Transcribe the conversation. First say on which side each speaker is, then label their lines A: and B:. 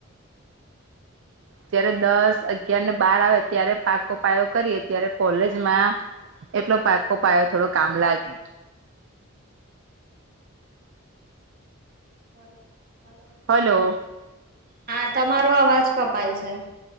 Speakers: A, on the right; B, on the right.
A: જયારે દસ અગિયાર ને બાર આવે ત્યારે પાકો પાયો કરીએ ત્યારે કોલેજમાં એટલો પાકો પાયો થોડો કામ લાગે
B: ભલોો ભલોો
A: હલો
B: હા તમારો અવાજ કપાય છે